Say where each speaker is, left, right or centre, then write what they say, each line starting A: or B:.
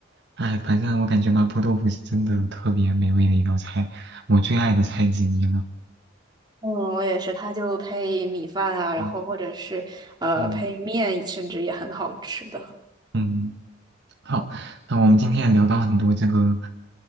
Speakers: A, on the right; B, on the right.
A: 哎，反正我感觉麻婆豆腐是真的特别美味的一道菜，我最爱的菜之一了。
B: 嗯，我也是，它就配米饭啊，然后或者是呃配面，
A: 嗯嗯
B: 甚至也很好吃的。
A: 嗯，好，那我们今天也聊到很多这个